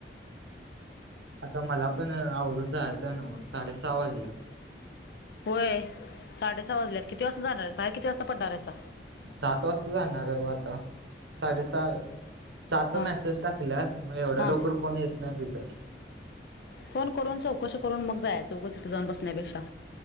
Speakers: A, on the right; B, on the left.
A: आता मला पण आवरून जायचं आहे नव साडे सहा वाजल्यात.
B: होय साडे साह वाजल्यात किती वाजता जाणार आहे बाहेर किती वाजता पडणार आहेसा.
A: सात वाजता जाणार हाय बगा आता. साडे सहा सहा
B: हां
A: च मेसेज टाकल्यात मग एवढ्या
B: हां
A: लवकर कोण येत नाय तिथ.
B: फोन करून चौकशी करून मग जायच उगच तिथे जाऊन बसण्यापेक्षा.